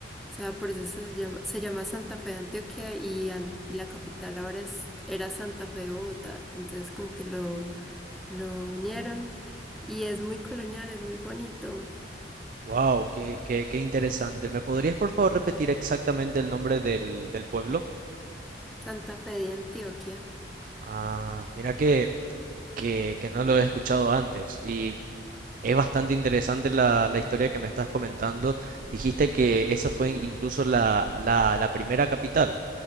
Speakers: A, in the centre; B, on the right (about 45°).
A: O sea, por eso se llama, se llama Santa Fe de Antioquia y, an- y la capital ahora es, era Santa Fe de Bogotá. Entonces como que lo lo unieron y es muy colonial, es muy bonito.
B: Wow, qué, qué, qué interesante. ¿Me podrías por favor repetir exactamente el nombre del, del pueblo?
A: Santa Fe de Antioquia.
B: Ah, mira que, que, que no lo he escuchado antes y es bastante interesante la, la historia que me estás comentando. Dijiste que esa fue incluso la, la, la primera capital